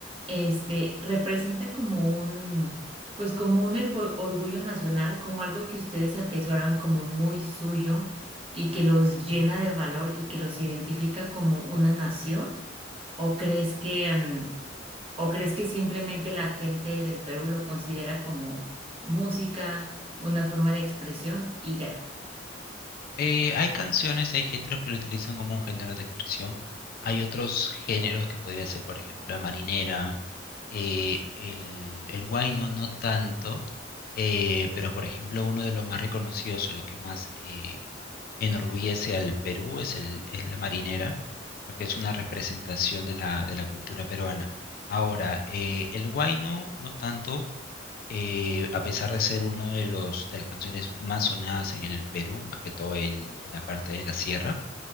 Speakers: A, on the right; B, on the left.
A: este, representa como un, pues como un ergo- orgullo nacional, como algo que ustedes atesoran como muy suyo y que los llena de valor y que los identifica como una nación, ¿o crees que, mm, o crees que simplemente la gente del Perú lo considera como música, una forma de expresión y ya?
B: Eh, hay canciones, hay géneros que lo utilizan como un género de expresión. Hay otros géneros que podría ser, por ejemplo, la marinera, eh, el, el huayno no tanto, eh, pero por ejemplo uno de los más reconocidos o lo que más eh, enorgullece al Perú es, el, es la marinera, porque es una representación de la, de la cultura peruana. Ahora, eh, el huayno no tanto, eh, a pesar de ser uno de los de las canciones más sonadas en el Perú, más que todo en, en la parte de la sierra,